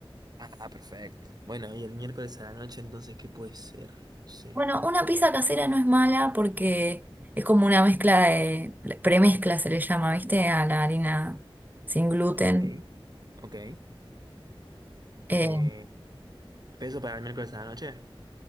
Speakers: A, on the right (about 45°); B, on the right (about 20°).
A: Ah, perfecto. Bueno, y el miércoles a la noche, entonces, ¿qué puede ser? Sí.
B: Bueno, una pizza casera no es mala porque es como una mezcla de, premezcla se le llama, ¿viste? A la harina sin gluten.
A: Ok. Ok.
B: eh,
A: Eh, peso para el miércoles a la noche.